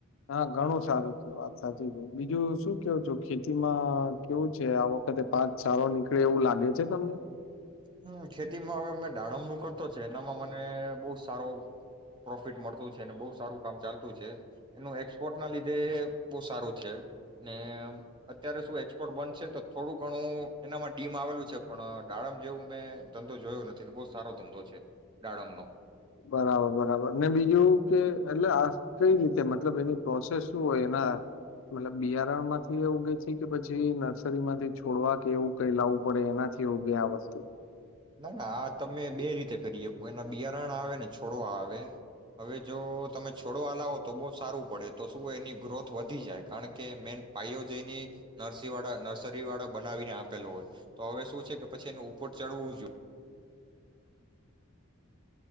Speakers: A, on the left (about 65°); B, on the right (about 20°).
A: હા ઘણું સારું છે. વાત સાચી છે. બીજું શું કેવું છું, ખેતીમાં કેવું છે? આ વખતે પાક સારો નીકળે એવું લાગે છે તમને?
B: હ ખેતીમાં હવે મેં દાડમનું કરતો છે. એનામાં મને બહુ સારો પ્રોફિટ મળતું છે અને બહુ સારું કામ ચાલતું છે. એનું એક્સપોર્ટના લીધે બહુ સારું છે, ને અત્યારે શું એક્સપોર્ટ બંધ છે ને તો થોડું ઘણું એનામાં ડીમ આવેલું છે પણ દાડમ જેવું મેં ધંધો જોયો નથી ને બહુ જ સારો ધંધો છે. દાડમનો
A: બરાબર બરાબર. ને બીજું કે એટલે આ કઈ રીતે મતલબ એની પ્રોસેસ શું હોય? એના મતલબ બિયારણમાંથી ઉગે છે કે પછી નર્સરી માંથી છોડવા કે એવું કઈ લાવવું પડે એનાથી ઉગે આ વસ્તુ?
B: ના ના આ તમે બે રીતે કરી શકો એના બિયારણા આવે ને છોડવા આવે. હવે જો તમે છોડવા લાવો તો બહુ સારું પડે તો શું હોય એની ગ્રોથ વધી જાય કારણ કે મેન પાયો જ એની નર્સી વાળા નર્સરી વાળા બનાવીને આપેલો હોય તો હવે શું છે કે પછી એને ઉપર ચડવું જો